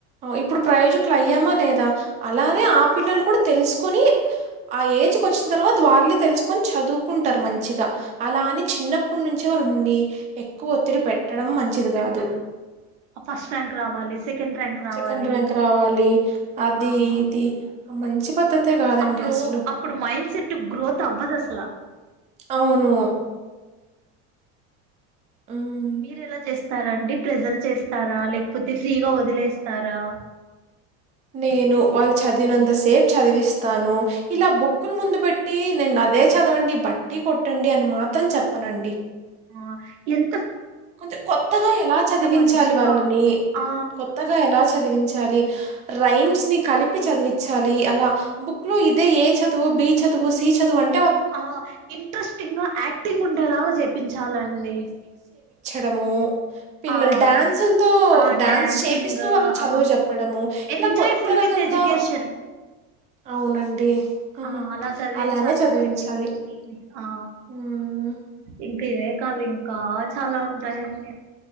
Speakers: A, on the right (about 20°); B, on the right (about 85°).
A: ఇప్పుడు ప్రయోజకులు అయ్యామా లేదా అలానే ఆ పిల్లలు కూడా తెలుసుకొని ఆ ఏజ్కి వచ్చిన తర్వాత వాళ్ళ తెలుసుకొని చదువుకుంటారు మంచిగా అలా అని చిన్నప్పటి నుంచి వాళ్ళని క్కు ఒత్తిడి పెట్టడం
B: ఎక్కువ
A: మంచిది
B: ఒత్తి పెట్టడు
A: కాదు
B: ఫస్ట్ ర్యాంక్ రావాలి సెకండ్ ర్యాంక్ రావాలి
A: సెకండ్ ర్యాంక్ రావాలి. అది
B: ఆహా
A: ఇది ఆ మంచి పద్ధతే కాదండి
B: అప్పుడు
A: అసలు.
B: అప్పుడు మైండ్ సెట్ గ్రోత్ అవ్వద్ అసల
A: అవును హ్మ్.
B: మీరెలా చేస్త స్తారండి ప్రెజర్ చేస్తారా లేకపోతే ఫ్రీగా వదిలేస్తారా
A: నేను వాళ్ళు చదివినంత సేపు చదివిస్తాను ఇలా బుక్ క్కుల్ ముందు పెట్టి నేను అదే చదవండి బట్టి కొట్టండి అని మాత్రం చెప్పనండి
B: ఆ ఎం
A: కొంచం కొత్తగా ఎలా చదివించాలి
B: మంచిగా
A: వాళ్ళని
B: ఆ
A: కొత్తగా ఎలా చదివించాలి రైమ్స్ ని కలిపి చదివిచాలి అలా బుక్ లో ఇదే ఏ చదువు బి చదువు సి చదువు అం
B: ఆ ఇంట్రెస్టింగా యాక్టింగ్ ఉండేలాగా చేపించాలండి
A: రము పిల్లలు
B: ఆ
A: డ్యాన్సులతో
B: ఆ
A: డ్యాన్స్
B: డ్యాన్సింగ్
A: చేపిస్తూ వాళ్ళకి చదువు
B: ఆ
A: చెప్పడము
B: ఎంజాయ్
A: ఇలా కొత్త
B: ఫుల్
A: రకంగా
B: విత్ ఎడ్యుకేషన్
A: అవునండి హుహు.
B: ఆ అలా చదివించాలండి
A: అలానే చదివించాలి.
B: పిల్లల్ని ఆ
A: హ్మ్
B: ఇంకా ఇవే కాదు ఇంకా చాలా ఉంటాయండి